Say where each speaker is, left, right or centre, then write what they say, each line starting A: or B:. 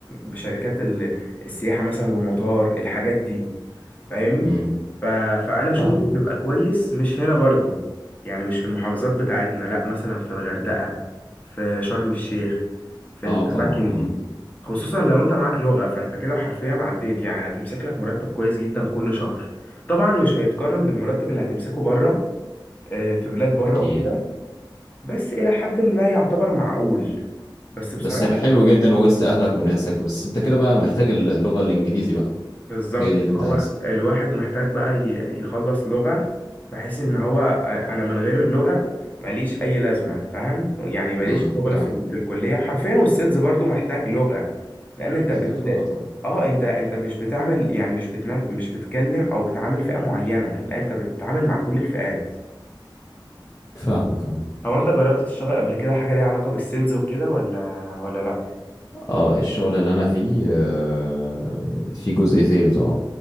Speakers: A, on the left; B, on the left.
A: بشركات ال... السياحه مثلا والمطار الحاجات دي فاهمني
B: امم مم.
A: ف... فانا شغلي
B: فاهم
A: بيبقى كويس مش هنا برضو يعني مش في المحافظات بتاعتنا لا مثلا في الغردقة في شرم الشيخ في
B: اه
A: الاماكن
B: طبعا امم
A: دي خصوصا لو انت معاك لغة فانت كده حرفيا عديت يعني هتمسك لك مرتب كويس جدا كل شهر طبعا مش هيتقارن بالمرتب اللي هتمسكه بره آه، في بلاد بره
B: اكيد
A: وكده بس الى حد ما يعتبر معقول بس بصراحة
B: بس هيبقى حلو جدا وسط اهلك وناسك بس انت كده بقى محتاج اللغة الانجليزي بقى
A: بالظبط
B: هي دي اللي انت
A: هو
B: عايزها
A: الواحد محتاج بقى ي- يخلص لغة بحيث ان هو أ- انا من غير اللغة ماليش اي لازمة فاهم يعني ماليش
B: امم
A: شغل
B: فاهمك
A: في, ال... في الكلية حرفيا والسيلز برضو محتاج لغة لان انت
B: محتاج
A: بت
B: لغة طبعا
A: اه انت انت مش بتعمل يعني مش بتنا... مش بتكلم او بتعامل فئة معينة لا انت بتتعامل مع كل الفئات
B: فاهمك أمم.
A: هو انت جربت تشتغل قبل كده حاجة ليها علاقة بالسيلز وكده ولا ولا لا
B: اه الشغل اللي انا فيه آه في جزء سيلز اه